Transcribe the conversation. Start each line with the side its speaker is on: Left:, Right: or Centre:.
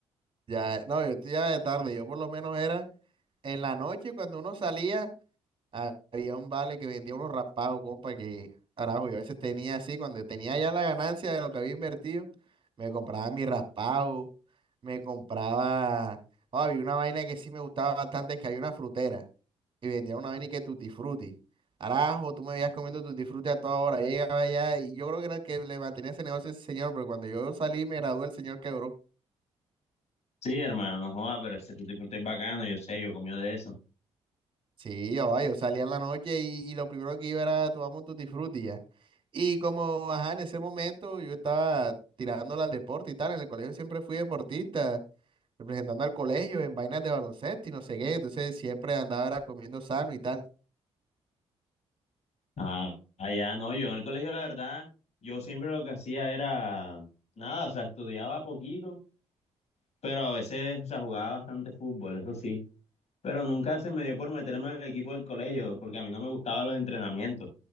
Right: ya, no, yo estoy ya de tarde, yo por lo menos era en la noche cuando uno salía, ha- había un vale que vendía unos raspados, compa, que, carajo, yo a veces tenía así, cuando tenía ya la ganancia de lo que había invertido, me compraba mi raspado, me compraba, oh, había una vaina que sí me gustaba bastante, que había una frutera. y vendían una vaina y que Tutti Frutti. Carajo, tú me veías comiendo Tutti Frutti a toda hora, llegaba allá y yo creo que era el que le mantenía ese negocio ese señor, pero cuando yo salí me gradué, el señor quebró.
Left: Sí, hermano, no joda, pero ese tutti frutti es bacano, yo sé, yo comí de eso.
Right: Sí, oh, yo salía en la noche y, y lo primero que iba era tomamos un Tutti Frutti ya. Y como, ajá, en ese momento yo estaba tirándole al deporte y tal, en el colegio siempre fui deportista, representando al colegio en vainas de baloncesto y no sé qué, entonces siempre andaba era comiendo sano y tal.
Left: Ah, allá no, yo en el colegio, la verdad, yo siempre lo que hacía era nada, o sea, estudiaba poquito, pero a veces, o sea, jugaba bastante fútbol, eso sí. Pero nunca se me dio por meterme al equipo del colegio, porque a mí no me gustaban los entrenamientos.